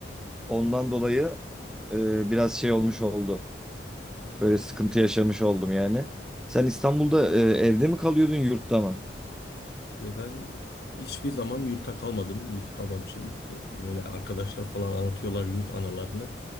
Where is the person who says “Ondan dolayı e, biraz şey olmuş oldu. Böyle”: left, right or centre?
Centre